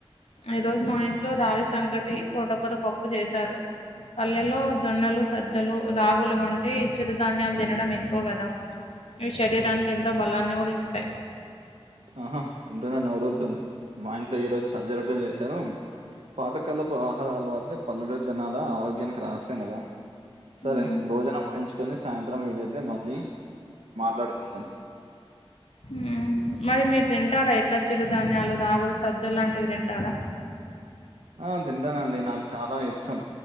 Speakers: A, on the left; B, on the right.
A: ఈ రోజు మా ఇంట్లో రాగి సంకటి తోటకూర పప్పు చేశారు పల్లెలో జొన్నలు సజ్జలు రాగులు వంటే చిరుధాన్యాలు తినడం ఎక్కువ కదా ఇవి శరీరానికి ఎంతో బలాన్ని కూడా ఇస్తాయి
B: ఆహా వింటుటే నేరురుతుంది మా ఇంట్లో ఈ రోజు సజ్జ రొట్టెలు చేశారు పాతకాలపు ఆహారాల అలవాటు లే పల్లెటూరు జనాల ఆరోగ్యానికి రహస్యం కదా సరే
A: మ్మ్.
B: భోజనం ముహించు చుకొని సాయంత్రం వీలైతే మళ్ళీ మాట్లాడుకుందాం
A: హమ్ మరి మీరు తింటారా ఇట్లా చిరు ధాన్యాలు రాగులు సజ్జలు లాంటివి తింటారా
B: ఆ తింటానండి నాకు చాలా ఇష్టం